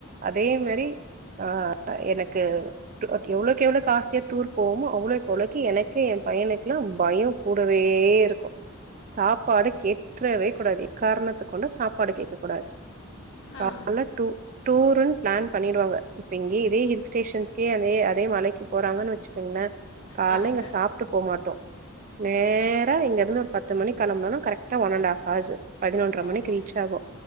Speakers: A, on the right; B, on the left.
A: அதே மாரி ஆ ஆ எனக்கு டூ எவ்ளவுக் எவ்ளோ காஸ் சேத்து டூர்க்கு போவோமோ அவ்ளவுக் அவ்ளோ கு எனக்கு ஏ பையனுக்குல்லா பயோ கூடவே இருக்கு சாப்பாடு கேட்றவே கூடாது எக்காரணத் த கொண்டு சாப்பாடு கேக்க கூடாது காரண
B: ஆ
A: டூ டூருன்னு பிளான் பண்ணிடுவாங்க இப்ப இங்கயே இதே ஹில் ஸ்டேஷன்ஸ்கே அதே அதே மலைக்கு போறாங்கன்னு வச்சுக்கோங்களே காலேல
B: ஆ அக்கா
A: இங்க சாப்ட்டு போமாட்டோ நேரா இங்க இருந்து ஒரு பத்து மணிக்கு கெளம்புனோன்னா கரெக்டா ஒன் அண்ட் ஆஃப் ஹவர்ஸூ பதினொன் ற
B: ஆமா
A: மணிக்கு ரீச் ஆவோ